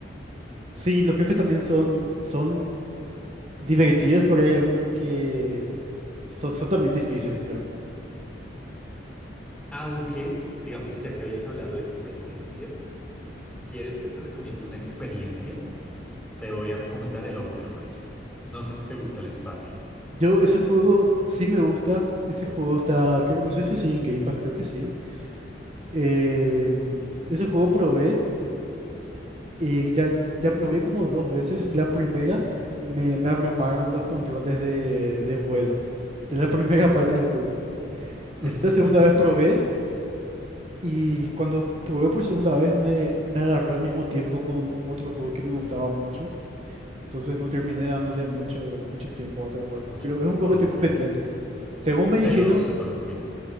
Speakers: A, on the right; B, in the centre.
A: Sí, los jefes también son, son divertidos, pero hay algunos que son, son también difíciles, creo.
B: Aunque, digamos que ya que habías hablado de experiencias, si quieres que te recomiende una experiencia, te voy a recomendar el Outer Wilds. No sé si te gusta el espacio.
A: Yo ese juego sí me gusta. Ese juego está, creo- no sé si sigue en Game Pass, creo que sí. Eh, ese juego probé, eh, ya, ya probé como dos veces. La primera me, me abrumaron los controles de, de vuelo, de la <laughs> primera parte del juego. Después
B: <laughs>
A: la segunda vez probé y cuando probé por segunda vez me, me agarró al mismo tiempo con otro juego que me gustaba mucho. Entonces no terminé dándole mucho, mucho tiempo a Outer Wilds,
B: Mucho.
A: pero es un juego
B: Ok.
A: que tengo pendiente. Según me dijeron,
B: Te lo súper recomiendo.